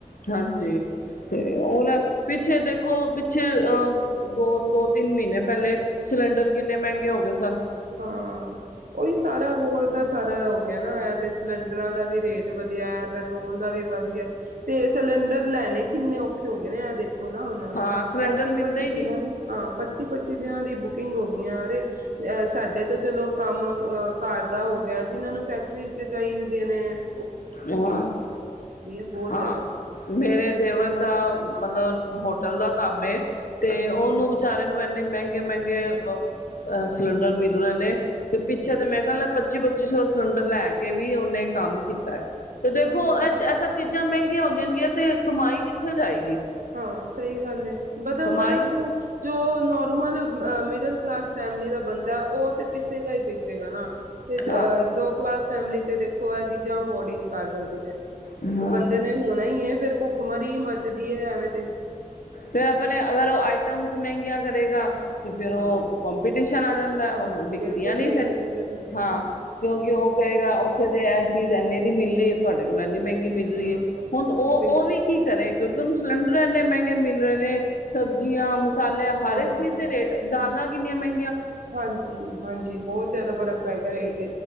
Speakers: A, on the left; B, on the right.
A: ਹਾਂਜੀ, ਤੇ ਉਹਨ ਪਿੱਛੇ ਦੇਖੋ ਪਿੱਛੇ ਅਹ ਦੋ ਦੋ ਤਿੰਨ ਮਹੀਨੇ ਪਹਿਲੇ ਸਿਲੰਡਰ ਕਿੰਨੇ ਮਹਿੰਗੇ ਹੋ ਗਏ ਸਨ।
B: ਹਾਂ, ਉਹੀ ਸਾਰਾ ਹੋਰ ਦਾ ਸਾਰਾ ਹੋ ਗਿਆ ਨਾ ਇਹਦੇ ਚ ਸਿਲੰਡਰਾਂ ਦਾ ਵੀ ਰੇਟ ਵਧਿਆ ਐ, ਪੈਟਰੋਲ ਦਾ ਵੀ ਵੱਧ ਗਿਆ ਤੇ ਸਿਲੰਡਰ ਲੈਣੇ ਕਿੰਨੇ ਔਖੇ ਹੋ ਗਏ ਨੇ ਇਹ ਦੇਖੋ ਨਾ ਹੁਣ,
A: ਹਾਂ ਸਿਲੰਡਰ
B: ਪੱਚੀ
A: ਮਿਲਦੇ
B: ਪੱਚੀ
A: ਹੀ
B: ਦਿਨਾਂ
A: ਨਹੀਂ
B: ਦੀ ਹਾਂ, ਪੱਚੀ ਪੱਚੀ ਦਿਨਾਂ ਦੀ ਬੁਕਿੰਗ ਹੋ ਗਈਆਂ ਅਰੇ ਸਾਡੇ ਤੋਂ ਚਲੋ ਕੰਮ ਅਹ ਘਰ ਦਾ ਹੋ ਗਿਆ, ਜਿਨਾਂ ਨੂੰ ਫੈਕਟਰੀ ਚ ਚਾਹੀ <unintelligible>
A: ਹਾਂ,
B: ਬਹੁਤ
A: ਹਾਂ,
B: ਜ਼ਿਆਦਾ
A: ਮੇਰੇ ਦੇਵਰ ਦਾ ਮਤਲਬ ਹੋਟਲ ਦਾ ਕੰਮ ਏ। ਤੇ
B: ਅੱਛਾ
A: ਉਹਨੂੰ ਵਿਚਾਰੇ ਨੂੰ ਇੰਨੇ ਮਹਿੰਗੇ ਮਹਿੰਗੇ ਅ ਸਿਲੰਡਰ ਮਿਲ ਰਹੇ ਨੇ, ਤੇ ਪਿੱਛੇ ਤਾਂ ਮੇਰੇ ਖਿਆਲ ਪੱਚੀ ਪੱਚੀ ਸੌ ਸਿਲੰਡਰ ਲੈ ਕੇ ਵੀ ਉਹਨੇ ਕੰਮ <unintelligible> ਤੇ ਦੇਖੋ,
B: ਹਾਂ ਤੇ
A: ਇਹ ਸਭ ਚੀਜ਼ ਚੀਜ਼ਾਂ ਮਹਿੰਗੀਆਂ ਹੋ ਜਾਣਗੀਆਂ ਤੇ ਕਮਾਈ ਕਿੱਥੇ ਜਾਏਗੀ।
B: ਹਾਂ, ਸਹੀ ਗੱਲ ਏ। ਮਤਲਵ
A: ਕਮਾਈ
B: ਮਤਲਵ ਜੋ ਨੋਰਮਲ ਮਿਡਲ ਕਲਾਸ ਫੈਮਲੀ ਦਾ ਬੰਦਾ ਉਹ ਤਾਂ ਪਿਸੇਗਾ ਹੀ ਪਿਸੇਗਾ ਨਾ ਤੇ ਅ
A: ਆਹ
B: ਲੋ ਕਲਾਸ ਫੈਮਲੀ ਤੇ ਦੇਖੋ, ਇਹ ਚੀਜ਼ਾਂ ਅਫੋਰਡ ਹੀ ਨ ਕਰ ਸਕਦੀ ਫੇਰ।
A: ਹਾਂ
B: ਬੰਦੇ ਨੇ ਹੋਣਾ ਹੀ ਫੇਰ ਭੁੱਖ ਮਰੀ ਮੱਚਦੀ ਏ ਆ ਤੇ
A: ਫੇਰ ਆਪਣੇ ਅਗਰ ਉਹ ਆਈਟਮਸ ਮਹਿੰਗੀਆਂ ਕਰੇਗਾ ਤੇ ਫਿਰ
B: ਹਾਂ
A: ਉਹ ਕਪੀਟੀਸ਼ਨ ਆ ਜਾਂਦਾ, ਉਹ
B: ਹਾਂ
A: ਵਿਕਦੀਆਂ
B: ਬਿਲਕੁਲ ਸਹੀ
A: ਨੀ ਫਿਰ
B: ਕਹਿੰਦੇ ਪਏ ਤੁਸੀਂ
A: ਹਾਂ, ਕਿਉਂਕਿ ਉਹ ਕਹੇਗਾ ਉੱਥੇ ਤੇ ਚੀਜ਼ ਇੰਨੇ ਦੀ ਮਿਲ ਰਹੀ ਹੈ ਤੁਹਾਡੇ ਕੋਲ ਏਨੀ ਮਹਿੰਗੀ ਮਿਲ ਰਹੀ
B: ਹਾਂ
A: ਹੈ,
B: ਬਿਲਕੁਲ
A: ਹੁਣ ਔਹ,
B: ਬਿਲਕੁਲ
A: ਔਹ ਵੀ ਕੀ ਕਰੇ ਕਿਉਂਕਿ ਉਹਨੂੰ ਸਿਲੰਡਰ ਇਨ੍ਹੇ ਮਹਿੰਗੇ ਮਿਲ ਰਹੇ ਨੇ, ਸਬਜ਼ੀਆਂ ਮਸਾਲੇ, ਹਰ
B: ਹਾਂ
A: ਇੱਕ ਚੀਜ਼ ਦੇ ਰੇਟ ਦਾਲਾਂ ਕਿਨੀਆਂ ਮਹਂ
B: ਹਾਂਜੀ, ਹਾਂਜੀ, ਬਹੁਤ ਜ਼ਿਆਦਾ ਫ਼ਰਕ ਪੈ ਗਿਆ ਰੇਟ